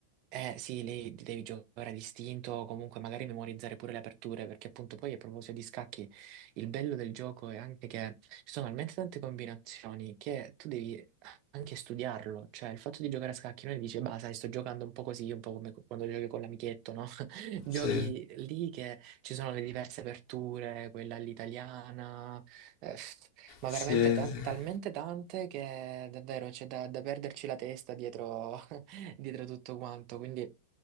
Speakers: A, on the right; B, on the left.
A: eh sì, lì devi giocare a distinto o comunque magari memorizzare pure le aperture, perché appunto poi a proposito di scacchi, il bello del gioco è anche che ci sono talmente tante combinazioni che tu devi anche studiarlo, cioè il fatto di giocare a scacchi non è che dici, bah, sai, sto giocando un po' così, un po' come quando giochi con l'amichetto, no? Giochi
B: Sì,
A: lì che ci sono le diverse aperture, quella all'italiana, eh, ma
B: sì,
A: veramente tan-
B: sì.
A: talmente tante che davvero c'è da, da perderci la testa dietro, <laughs> dietro tutto quanto. Quindi